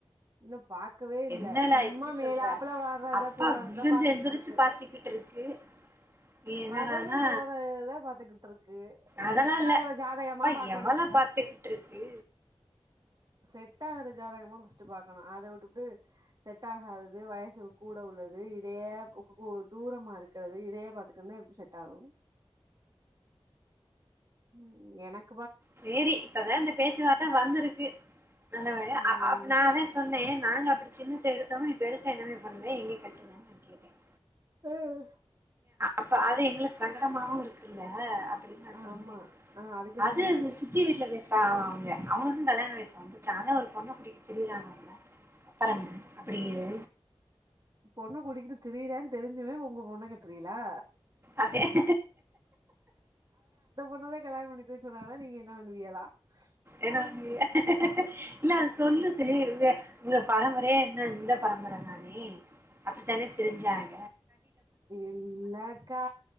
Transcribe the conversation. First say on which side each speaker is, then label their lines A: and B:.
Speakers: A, on the right; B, on the right.
A: இன்னும் பாக்கவே இல்ல
B: என்னடா
A: சும்மா
B: இப்டி
A: மேல
B: சொல்ற
A: ஆப்பல வர்றதா
B: அப்பா
A: போறதுதான்
B: விழுந்து
A: பாத்துக்கிட்டு
B: எந்திரிச்சு
A: இருக்கு
B: பாத்துக்கிட்டு இருக்கு நீ என்னடானா
A: வர்றது போறதான் பாத்துக்கிட்டு இருக்கு
B: அதெல்லாம்
A: செட்
B: இல்ல
A: ஆகுற ஜாதகமா
B: அப்பா
A: பாக்கணு
B: எவ்வளோ
A: ஃபர்ஸ்ட்
B: பாத்துக்கிட்டு இருக்கு
A: செட் ஆகுற ஜாதகமா பஸ்டு பாக்கணும் அதை விட்டுபட்டு செட் ஆகாதது வயசு கூட உள்ளது இதையே தூரமா இருக்கிறது இதையே பாத்துக்கருந்தா எப்டி செட் ஆகும் உம் எனக்
B: சேரி இப்பதான் இந்த பேச்சுவார்த்தை வந்திருக்கு நல்லபடியா
A: ம்
B: நான்தான் சொன்னேன் நாங்க அப்டி சின்னத்தை எடுத்தும் பெருசா என்னாமே பண்ணுவத எங்கே கட்டலு நான் கேட்டேன்
A: ஹும்
B: அப்ப அது எங்களுக்கு சங்கடமாவும் இருக்குல்ல அப்டின்னு நான் சொன்னேன்
A: ஆமா ஆ அதுக்கு என்ன
B: அது
A: சொன்னுச்சு
B: சித்தி வீட்டுல பேசுறாங்க லா அவுங்க அவனுக்கும் கல்யாண வயசும் வந்துச்சுஅத ஒரு பொண்ணை கூட்டிட்டு திரியறனாங்கல அப்றம் என்ன அப்டியே
A: பொண்ணு கூட்டிக்கிட்டு திரியிரான்னு தெரிஞ்சுமே உங்க பொண்ண கட்ரிகளா
B: அதேன்
A: இப்பவே கல்யாணம் பண்ணிக் சொன்னாங்கா நீங்க என்ன பண்ணுவியலாம்
B: என்ன
A: உம்
B: பண்ணுவீங்க இல்ல அ சொல்லுது இங்க உங்க பரம்பரையே என்ன இந்த பரம்பரை தானே அப்டித்தானே திரிஞ்சாக
A: இல்லக்கா